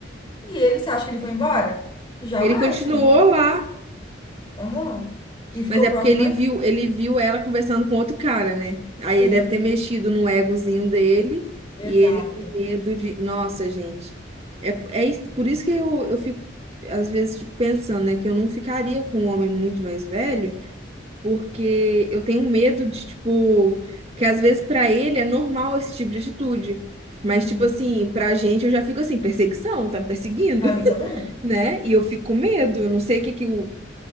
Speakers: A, on the left; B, on the right.
A: e ele, você acha que ele foi embora? Jamais,
B: Ele continuou lá.
A: Aham. E ficou
B: Mas é
A: próximo
B: porque ele
A: da
B: viu, ele viu ela conversando com outro cara, né? Aí
A: gente.
B: ele deve ter mexido no egozinho dele
A: Exato.
B: e ele com medo de. Nossa, gente. É, é isso- por isso que eu, eu fico, às vezes, tipo, pensando, né? Que eu não ficaria com um homem muito mais velho, porque eu tenho medo de, tipo. Que às vezes pra ele é normal esse tipo de atitude. Mas,
A: Uhum.
B: tipo assim, pra gente eu já fico assim, perseguição, tá me perseguindo,
A: Pra
B: <laughs>
A: mim também.
B: né? E eu fico com medo, eu não sei o que que o.